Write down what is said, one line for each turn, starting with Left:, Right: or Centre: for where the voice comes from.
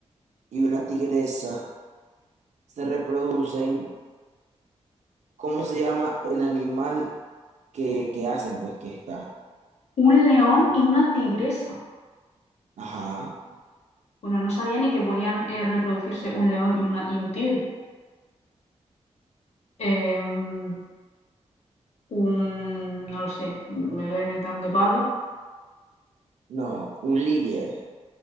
Right: y una tigresa se reproducen, ¿cómo se llama el animal que, que hacen? Pues que está.
Left: Un león y una tigresa.
Right: Ajá.
Left: Bueno, no sabía ni que podían eh, reproducirse un león y, una, y un tigre. Eh, un, un- no lo sé, me voy a inventar un guepardo.
Right: No, un líder.